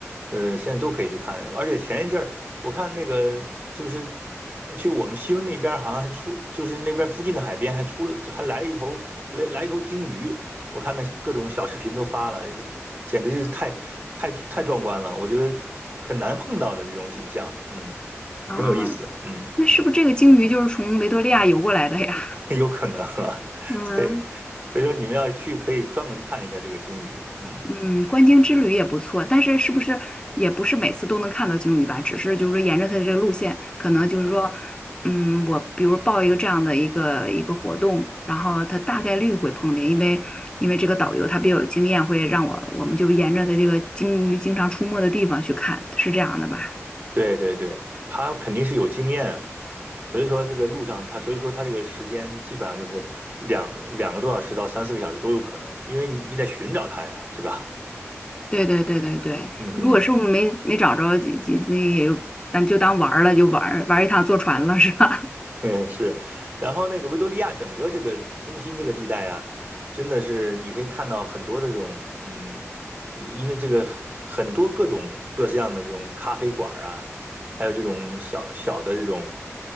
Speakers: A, on the right (about 40°); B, on the left (about 20°).
A: 呃，现在都可以去看。而且前一阵儿我看那个就是呃，去我们西温那边儿好像还出，就是那边附近的海边还出了，还来了一头来来一头鲸鱼。我看那各种小视频都发了，简直是太太太壮观了，我觉得很难碰到的这种景象，嗯，
B: 啊，
A: 挺有意思，嗯。
B: 那是不是这个鲸鱼就是从维多利亚游过来的呀？
A: <laughs> 有可能啊，<laughs>
B: 嗯。
A: 对，所以说你们要去可以专门看一下这个鲸鱼，嗯，
B: 嗯，观鲸之旅也不错，但是是不是也不是每次都能看到鲸鱼吧？只是就是说沿着它的这个路线，可能就是说，
A: 嗯
B: 嗯，我比如报一个这样的一个一个活动，然后它大概率会碰见，因为因为这个导游他比较有经验，会让我我们就沿着它这个鲸鱼经常出没的地方去看，是这样的吧？
A: 对对对，他肯定是有经验啊，所以说这个路上他，所以说他这个时间基本上就是两两个多小时到三四个小时都有可能，因为你你得寻找他呀，是吧？
B: 对对对对对，
A: <laughs> 嗯嗯。
B: 如果是没没找着，就就那也有咱就当玩儿了，就玩儿玩儿一趟坐船了，是吧？
A: <laughs> 嗯，是，然后那个维多利亚整个这个中心这个地带啊，真的是你可以看到很多的这种，嗯，因为这个很很多各种各式样的这种咖啡馆儿啊，还有这种小小的这种